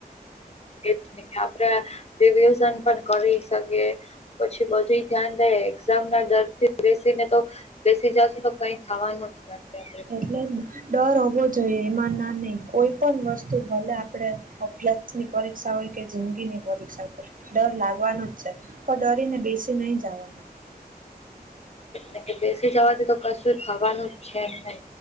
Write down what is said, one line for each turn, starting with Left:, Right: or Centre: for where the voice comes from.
Left: એજ ને આપણેે રિવિઝન પણ કરી શકીએ. પછી બધું ધ્યાન દે એક્ઝામ ના દરર્થી બેસીને તો બેસી જાશું તો કઈ થવાનું જ નથી આપણે
Right: એટલે ડર હોવો જોઈએ એમાં ના નહી કોઈ પણ વસ્તુ ભલે આપણે અભ્યાસની પરીક્ષા હોય કે જિંદગી ની પરીક્ષા હો ડર લાગવાનો જ છે પણ ડરીને બેસી નહી જવાનો
Left: ક કે બેસી જવાથી તો કશું થવાનું જ છે નહી